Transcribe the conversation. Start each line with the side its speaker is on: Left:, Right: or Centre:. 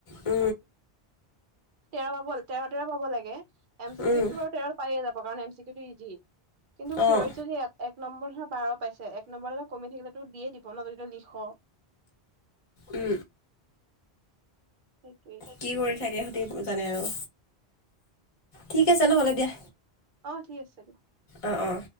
Left: উ
Right: তেৰ পাব তেৰ তেৰ পাব লাগে এম চিিকউতো
Left: উম,
Right: বাৰু তেৰ পায়ে যাব কাৰণ এম চি কিউ টো ইজি কিন্তু
Left: অঁ
Right: হিয়ৰিতো সেই এক নম্বৰ হে বাৰ পাইছে এক নম্বৰটা কমি থাকিলো দিয়ে দিব বনদৰিিত লিখ
Left: উম
Right: ত
Left: কি কৰি থাকে সেইতে জানে আৰু ঠিক আছে নহ'লে দিয়া
Right: অ ঠিক আছে দিয়া
Left: অঁ অঁ